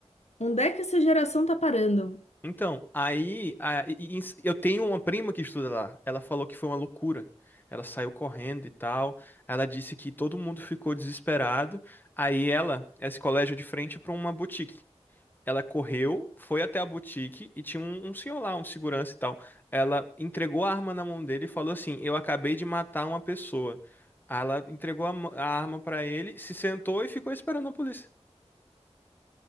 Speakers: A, on the left (about 75°); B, on the left (about 15°).
A: Onde é que essa geração tá parando?
B: Então, aí, a- e- e- eu tenho uma prima que estuda lá. Ela falou que foi uma loucura. Ela saiu correndo e tal. Ela disse que todo mundo ficou desesperado. Aí ela, esse colégio é de frente para uma boutique. Ela correu, foi até a boutique e tinha um, um senhor lá, um segurança e tal. Ela entregou a arma na mão dele e falou assim: Eu acabei de matar uma pessoa. Aí ela entregou a, ma- a arma pra ele, se sentou e ficou esperando a polícia.